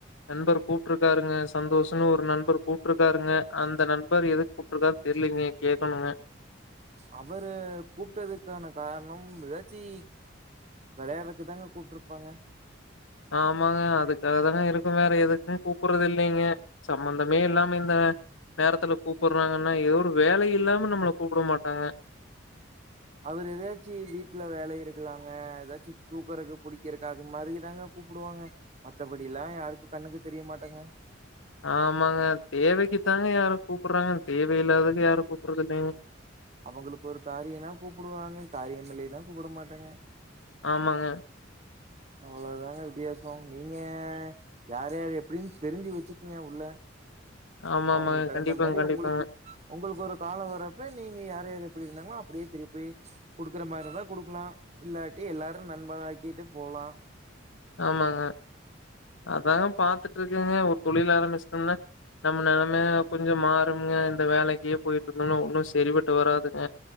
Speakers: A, on the left; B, on the right.
A: நண்பர் கூப்ட்ருக்காருங்க சந்தோஷ்ன்னு ஒரு நண்பர் கூப்ட்ருக்காருங்க அந்த நண்பர் எதுக் கூப்ட்டுருக்கார் தெரியலீங்க கேக்கணுங்க
B: அவரு கூப்பிட்டதுக்கான காரணம் எதாச்சி வெளயாடுறதுக்கு தாங்க கூப்ட்டுருப்பாங்க
A: ஆமாங்க அதுக்கா தாங்க இருக்கு வேற எதுக்கு கூப்ட்றது இல்லைங்க சம்பந்தமே இல்லாம இந்த நேரத்துல கூப்புடுறாங்கன்னா ஏதோ ஒரு வேல இல்லாம நம்மள கூப்ட மாட்டாங்க
B: அவரு எதாச்சு வீட்ல வேல இருக்கலாங்க எதாச்சு தூக்குறக்கு புடிக்கிறக்கு அது மாரிதாங்க கூப்டுவாங்க மத்தபடிலா யாருக்கு கண்ணுக்கு தெரிய மாட்டேங்க
A: ஆமாங்க தேவைக்குத்தாங்க யாரு கூப்புடுறாங்க தேவையில்லாததக்கு யாரு கூப்புடுறது இல்லங்க
B: அவங்களுக்கு ஒரு காரியனா கூப்டுவறாங்க காரியமில்லைன்னா கூப்புட மாட்டாங்க
A: ஆமாங்க
B: அவ்ளோ தாங்க வித்தியாச நீங்க யார் யார் எப்டின் தெரிஞ்சு வச்சுக்கங்க உள்ள
A: ஆமாமா.
B: அவுங்களுக்கு தகுந்த
A: கண்டிப்பாங்க,
B: மாரி
A: கண்டிப்பாங்க.
B: அவுங்களுக்கு உங்களுக்கு ஒரு கால வரப்ப நீங்க யார் யார் எப்டி இருந்தாங்களோ அப்டியே திருப்பி குடுக்குற மாரிந்தா குடுக்கலா இல்லாட்டி எல்லாரு நண்பனாக்கிட்டு போலா
A: ஆமாங்க அதாங்க பாத்துட்டு இருக்கங்க ஒரு தொழில் ஆரம்பிச்சிட்டம்னா நம்ம நெலம கொஞ்ச மாறுங்க இந்த வேலைக்கே போயிட்டு இருந்தோன்னா ஒன்னு சரிபட்டு வராதுங்க